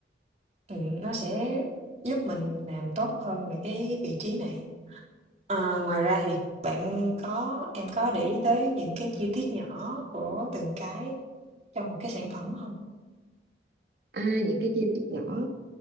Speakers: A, on the right (about 40°); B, on the right (about 70°).
A: ừm, nó sẽ giúp mình làm tốt hơn về cái vị trí này. Ờ, ngoài ra thì bạn có em có để ý tới những cái chi tiết nhỏ của từng cái trong một cái sản phẩm không?
B: à, những cái chi tiết nhỏ